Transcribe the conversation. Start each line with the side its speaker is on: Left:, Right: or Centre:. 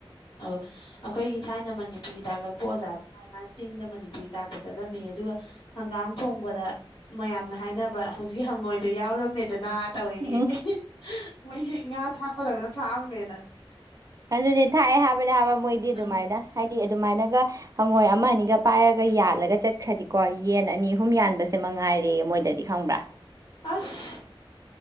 Left: ꯑꯧ ꯑꯩꯈꯣꯏꯒꯤ ꯊꯥꯏꯅ ꯃꯅꯤꯄꯨꯔꯤ ꯇꯥꯛꯂꯛꯄ ꯑꯣꯖꯥꯗꯨꯅ ꯃꯥ ꯆꯤꯡꯗ ꯃꯅꯤꯄꯨꯔꯤ ꯇꯥꯛꯄ ꯆꯠꯂꯝꯃꯦꯌꯦ ꯑꯗꯨꯒ ꯍꯪꯒꯥꯥꯡ ꯊꯣꯡꯕꯗ ꯃꯌꯥꯝꯅ ꯍꯥꯏꯅꯕ ꯍꯧꯖꯤꯛꯀꯤ ꯍꯪꯉꯣꯏꯗꯣ ꯌꯥꯎꯔꯝꯃꯦꯗꯅ ꯇꯧꯏꯌꯦ
Right: ꯎꯝ
Left: ꯃꯣꯏꯁꯦ ꯉꯥ ꯊꯥꯛꯄꯗꯧꯅ ꯊꯥꯛꯑꯝꯃꯦꯅ
Right: ꯑꯗꯨꯅꯤ ꯊꯥꯛꯑꯦ ꯍꯥꯏꯕꯅꯦ ꯍꯥꯏꯕ ꯃꯣꯏꯗꯤ ꯑꯗꯨꯃꯥꯏꯅ
Left: ꯑꯥ
Right: ꯍꯥꯏꯗꯤ ꯑꯗꯨꯃꯥꯏꯅꯒ ꯍꯪꯉꯣꯏ ꯑꯃ ꯑꯅꯤꯒ ꯄꯥꯏꯔꯒ ꯌꯥꯜꯂꯒ ꯆꯠꯈ꯭ꯔꯗꯤꯀꯣ ꯌꯦꯟ ꯑꯅꯤ ꯑꯍꯨꯝ ꯌꯥꯟꯕꯁꯦ ꯃꯉꯥꯏꯔꯦꯌꯦ ꯃꯣꯏꯗꯗꯤ ꯈꯪꯕ꯭ꯔꯥ
Left: ꯑꯁ